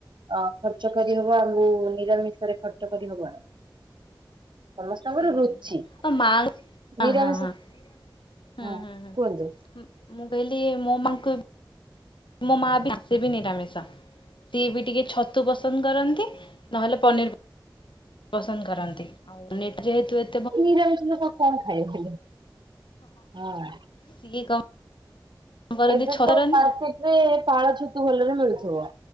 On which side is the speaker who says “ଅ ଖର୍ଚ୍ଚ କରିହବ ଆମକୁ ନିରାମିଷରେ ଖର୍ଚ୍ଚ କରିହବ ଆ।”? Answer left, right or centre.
Right